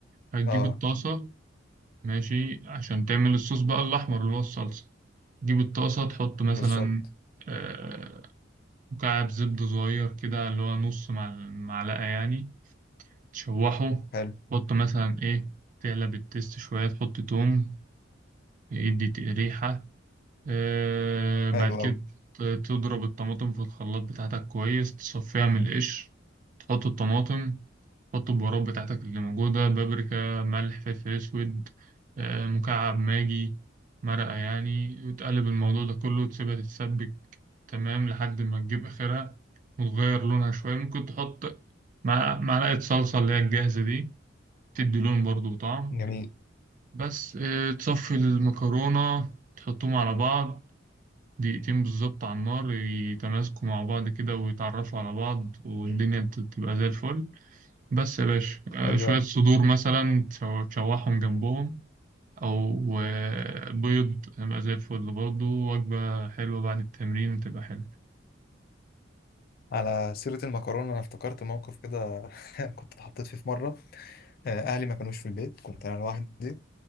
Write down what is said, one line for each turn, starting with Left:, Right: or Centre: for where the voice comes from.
Right: هتجيب
Left: اه
Right: الطاسة ماشي عشان تعمل الصوص بقى الأحمر اللي هو الصلصة تجيب الطاسة تحط مثلا
Left: بالظبط
Right: آه، مكعب زبدة صغير كده اللي هو نص مع المعلقة يعني تشوحه
Left: حلو
Right: تحط مثلا إيه تعلب التست شوية تحط توم يدي ت- ريحة آه، بعد
Left: حلو
Right: كده
Left: قوي
Right: تضرب الطماطم في الخلاط بتاعتك كويس تصفيها من القشر تحط الطماطم تحط البهارات بتاعتك اللي موجودة بابريكا ملح فلفل أسود آه، مكعب ماجي مرقة يعني وتقلب الموضوع ده كله وتسيبها تتسبك تمام لحد ما تجيب آخرها وتغير لونها شوية ممكن تحط مع- معلقة صلصة اللي هي الجاهزة دي تدي لون برضو وطعم
Left: جميل
Right: بس آه، تصفي المكرونة تحطهم على بعض دقيقتين بالظبط على النار يتماسكوا مع بعض كده ويتعرفوا على بعض والدنيا ت- تبقى زي الفل بس يا باشا آه،
Left: حلو
Right: شوية
Left: قوي
Right: صدور مثلا تشو- تشوحهم جنبهم أو آه، بيض يبقى زي الفل برضه وجبة حلوة بعد التمرين تبقى حلوة
Left: على سيرة المكرونة أنا افتكرت موقف كده <laughs> كنت اتحطيت فيه في مرة آه، أهلي ما كانوش في البيت كنت أنا لوحدي